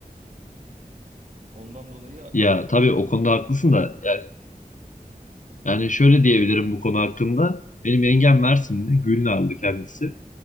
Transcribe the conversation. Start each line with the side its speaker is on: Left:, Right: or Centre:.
Right: Ondan dolayı
Left: Ya
Right: hani
Left: tabii o konuda haklısın da yani, yani şöyle diyebilirim bu konu hakkında. Benim yengem Mersinli, Gülnarlı kendisi.